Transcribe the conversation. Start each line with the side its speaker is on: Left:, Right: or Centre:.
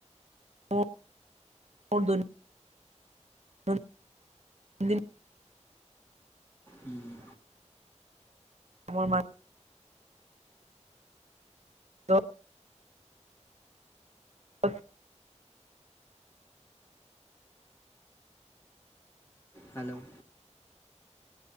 Right: <unintelligible> <unintelligible>
Left: উম হুম
Right: <unintelligible> ত আ
Left: হেল্ল'